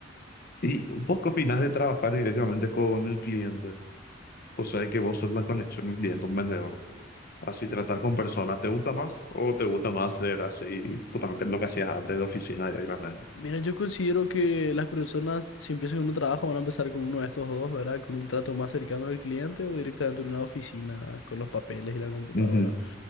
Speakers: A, on the left; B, on the left.
A: ¿Y vos qué opinás de trabajar directamente con el cliente? O sea, que vos sos la conexión del cliente, un vendedor. Así tratar con personas, ¿te gusta más o te gusta más ser así, justamente lo que hacías antes de oficina directamente?
B: Mira, yo considero que las personas, si empiezan con un trabajo, van a empezar con uno de estos dos, ¿verdad? Con un trato más cercano al cliente o directamente en una oficina, con los papeles y la computadora.
A: Ujú,